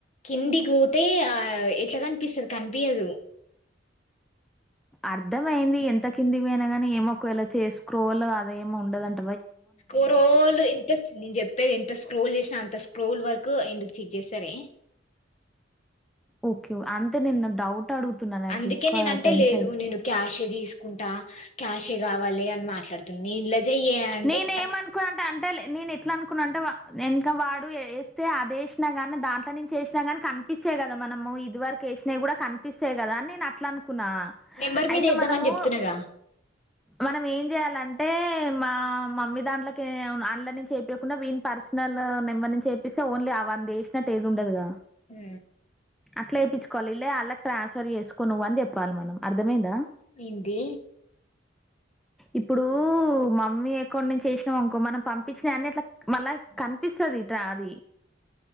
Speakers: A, on the left (about 35°); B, in the centre.
A: కిందికి పోతే ఆ ఎట్ల కనిపిస్తది కనిపియ్యదు
B: అర్థమైంది. ఎంత కిందికి పోయినా గాని ఏమో ఒకవేళ చేసుక్రోలో అదేమో ఉండదన్
A: స్కోరోల్డు ఇంట్రెస్ట్ నేను చెప్ పే ఎంత స్క్రోల్ చేసిన అంత స్క్రోల్ వర్క్ ఎందుకు చెక్ చేస్తారే
B: ఓకే ఓ అంతా నేన్న డౌట్ అడుగుతున్నా నాకు
A: అందుకే
B: ఎక్కువ
A: నేను అంటే
B: టెన్స్
A: లేదు
B: అయితు
A: నేను క్యాష్ ఏ తీసు కుంటా క్యాషే కావాలే అని మాట్లాడుతు నేను చెయ్యే అంటే
B: నేనే ఏమనుకునా అం అంటే నేను ఎట్లా అనుకున్నా అంటే వా నేను ఇంక వాడు వేస్తే అదేసినా కానీ దాంట్లో నుంచి వేసినా కానీ కన్ పిస్తయి కదా మనము ఇది వరకు వేసినవి కూడా కనిపిస్తాయి కదా నేను అట్లా అను కున్న
A: నెంబర్ మీద
B: అయితే
A: వేద్దామని
B: మనము
A: చెప్తున్నాగా
B: మనం ఏం చేయాలంటే మా మమ్మీ దాంట్లకే అల్లా నుంచి వేపియ్యకుండా వీని పర్సనల్ నెంబర్ నుంచి వేపిస్తే ఓన్లీ అవ వానిది వేసినట్టు ఏది ఉండదుగా
A: హ్
B: అట్లా ఏపించుకోవాలి ఇల్లాయ్ అళ్లాకి ట్రాన్స్ఫర్ చేసుకో నువ్వు అని చెప్పాలి మనం అర్థమైందా
A: ఏందీ
B: ఇప్పుడు మా మమ్మీ అకౌంట్ నుంచి వేసినా అనుకో మనం పంపించిన అన్ని ఏట్లా మళ్ళా కనిపిస్తది ట్రా అది